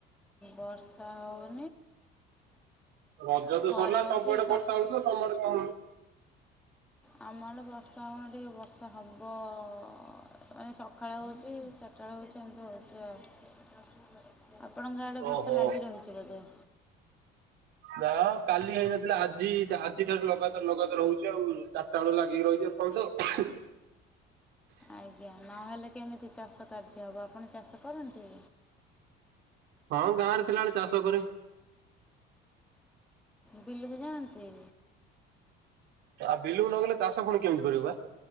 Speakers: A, in the centre; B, on the right (about 60°).
A: ବର୍ଷା ହଉ
B: ରଜ ତ
A: ଖରା
B: ସରିଲା
A: ହଉଛି
B: ସବୁଆଡେ
A: ସକ
B: ବର୍ଷା ହଉଥିଲା ତମ ଆଡେ କଣ ହଉନି?
A: ଆମ ଆଡେ ବର୍ଷା ହଉନି ଟିକେ ବର୍ଷା ହବ <unintelligible> ସଖାଳ ହଉଛି ଚା <unintelligible> ହଉଛି ଏମତି ହଉଛି ଆଉ ଆପଣଙ୍କ ଆଡ଼େ
B: ଓହୋ।
A: ବର୍ଷା ଲାଗି ରହିଛି ବୋଧେ?
B: ନା କାଲି ହେଇନଥିଲା ଆଜି ଆଜି ଠାରୁ ଲଗାତାର ଲଗାତାର ହଉଛି ଆଉ ରା ଲଗାତାର ଲାଗିକି ରହୁଛି ଆଉ ଏପର୍ଯ୍ୟନ୍ତ।
A: ଆଜ୍ଞା ନହେଲେ କେମିତି ଚାଷ କାର୍ଯ୍ୟ ହବ ଆପଣ ଚାଷ କରନ୍ତି?
B: ହଁ ଗାଁ ରେ ଥିଲାଆଳେ ଚାଷ କରେ।
A: ବିଲୁକୁ ଯାଆନ୍ତି?
B: ଆଉ ବିଲୁକୁ ନଗଲେ ଚାଷ ପୁଣି କେମିତି କରିବୁ ଆ।